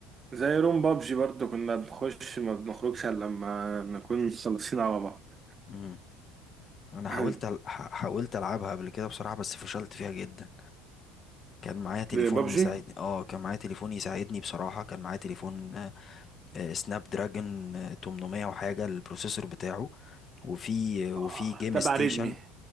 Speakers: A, on the right; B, on the left.
A: زي روم بابجي برضو كنا بنخش ما بنخرجش الا لما نكون مخلصين على بعض
B: امم انا حاولت
A: <clears throat>
B: أل... ح- حاولت العبها قبل كده بصراحه بس فشلت فيها جدا كان معايا تليفون
A: <laughs> بابجي
B: يساعدني اه كان معايا تليفون يساعدني بصراحة كان معايا تليفون آه، آه، سناب دراجون آه، 800 وحاجة البروسيسور بتاعه وفي وفي
A: اه
B: جيم
A: تبع
B: ستيشن
A: ريدمي